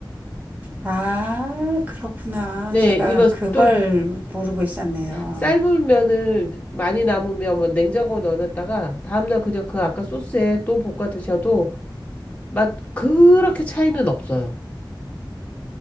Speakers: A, on the right; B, on the left.
A: 아, 그렇구나.
B: 네
A: 제가
B: 이거
A: 그걸
B: 또
A: 모르고 있었네요.
B: 삶은 면을 많이 남으면 뭐 냉장고에 넣어놨다가 다음날 그냥 그 아까 소스에 또 볶아 드셔도 맛 그렇게 차이는 없어요